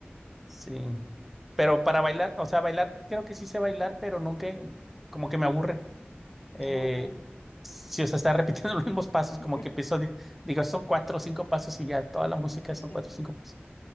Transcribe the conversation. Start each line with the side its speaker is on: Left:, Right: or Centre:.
Centre: sí. Pero para bailar, o sea, bailar, creo que sí sé bailar, pero nunca, como que me aburre. eh,
Left: aburre.
Centre: si o sea, está repitiendo <laughs> los mismos pasos,
Left: <laughs>
Centre: como que empiezo, a di- digo, son cuatro o cinco pasos y ya, toda la música
Left: Y
Centre: son
Left: ya.
Centre: cuatro o cinco pasos.